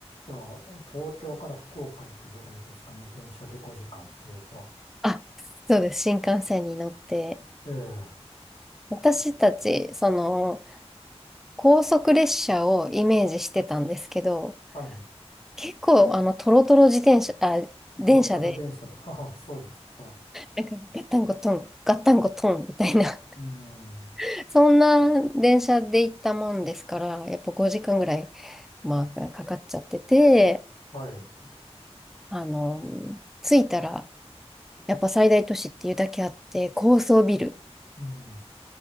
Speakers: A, on the left (about 65°); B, in the centre.
A: じゃあ、東京から福岡行くぐらいですかね。電車で5時間っていうと。
B: あ、そうです、新幹線に乗って。
A: ええ
B: 私たち、その、高速列車をイメージしてたんですけど、
A: はい。
B: 結構、あの、トロトロ自転車、あ、電車で、
A: トロトロ電車で。<laughs> はあ、そうですか。
B: なんか、ガッタンゴトン、ガッタンゴトン、みたいな、
A: うん。
B: <laughs> そんな電車で行ったもんですから、やっぱ5時間ぐらい、まあ、かかっちゃってて、
A: はい。
B: あの着いたら、やっぱ最大都市っていうだけあって、高層ビル
A: うん。